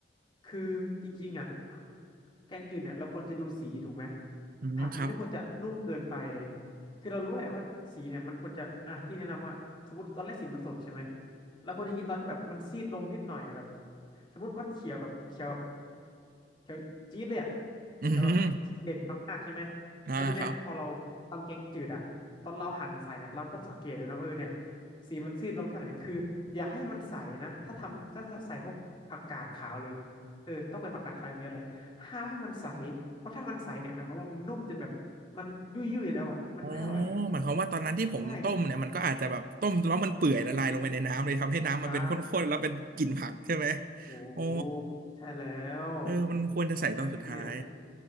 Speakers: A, on the left; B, on the right.
A: คือจริงๆอ่ะแกงจืดเนี่ยเราควรจะดูสีถูกไหม
B: อืมครับ
A: ผักมันไม่ควรจะนุ่มเกินไปคือเรารู้แหละว่าสีเนี่ยมันควรจะอ่ะพี่แนะนำว่าสมมติตอนแรกสีมันสดใช่ไหมเราควรจะกินตอนที่แบบมันซีดลงนิดหน่อยอะแบบสมมติมันเขียวแบบเขียวแบบเขียวจี๊ดเลยอ่ะ
B: อืม
A: เขียวแบบเด่นมากๆใช่ไหม
B: อ่าครับ
A: แล้วทีเนี้ยพอเราทำแกงจืดอ่ะตอนเราหั่นใส่เนี่ยเราก็สังเกตดูนะว่าเออเนี่ยสีมันซีดลงแค่ไหนคืออย่าให้มันใสนะถ้าทำถ้าใส่พวกผักกาดขาวหรือ เออต้องเป็นผักกาดขาวอย่างเดียวแหละห้ามให้มันใสเพราะถ้ามันใสเนี่ยหมายความว่ามันนุ่มจนแบบมันยุ่ยยุ่ยแล้วอ่ะมันไม่อร่อย
B: อ๋อหมายความว่าตอนนั้นที่ผมต้มเนี่ยมันก็อาจจะแบบต้มแล้วมันเปื่อยละลายลงไปในน้ำเลยทำให้น้ำมันเป็นข้นๆแล้วเป็นกลิ่นผักใช่ไหม
A: ใช่ใช่ถู
B: อ๋อ
A: กใช่แล้ว
B: เออมันควรจะใส่ตอนสุดท้าย
A: เออเนี่ย